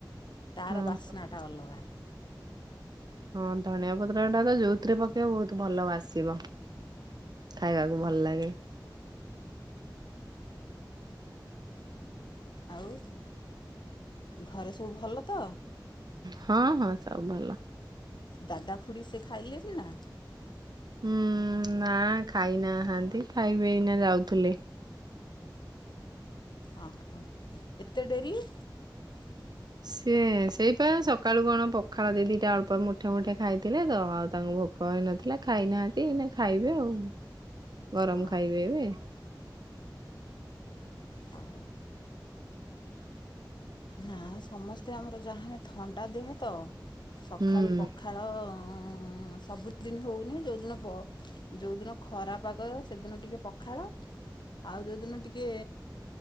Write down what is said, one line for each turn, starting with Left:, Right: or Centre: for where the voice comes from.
Left: ତାର
Right: ହଁ।
Left: ବାସ୍ନାଟା ଅଲଗା।
Right: ହଁ ଧନିଆ ପତ୍ରଟାତ ଯୋଉଥିରେ ପକେଇବ ବହୁତ୍ ଭଲ ବାସିବ। ଖାଇବାକୁ ଭଲ ଲାଗେ।
Left: ଆଉ ଘରେ ସବୁ ଭଲତ?
Right: ହଁ ହଁ ସବୁ ଭଲ।
Left: ଦାଦା ଖୁଡ଼ି ସେଖାଇଲେନା?
Right: ହୁଁ ନା ଖାଇନାହାନ୍ତି ଖାଇବେ ଏଇନା ଯାଉଥୁଲେ।
Left: ଅହୋ ଏତେ ଡେରି? <inaudible>
Right: ସିଏ ସେଇପା ସକାଳୁ କଣ ପଖାଳ ଦି ଦିଟା ଅଳ୍ପ ମୁଠେ ମୁଠେ ଖାଇଥିଲେତ ଆଉ ତାଙ୍କୁ ଭୋକ କହେଇନଥିଲା ଖାଇନାହାନ୍ତି ଏଇନା ଖାଇବେ ଆଉ ଗରମ
Left: ଅ
Right: ଖାଇବେ ଏବେ।
Left: ହଉ। ନା ସମସ୍ତେ ଆମର ଯାହାହେନେ ଥଣ୍ଡା ଦେହତ ସଖାଳୁ
Right: ହୁଁ
Left: ପଖାଳ ଉଁ ସବୁଦିନି ହଉନି ଯଉଦିନ ବ ଯଉଦିନ ଖରା ପାଗ ସେଦିନ ଟିକେ ପଖାଳ ଆଉ ଯୋଉଦିନ ଟିକେ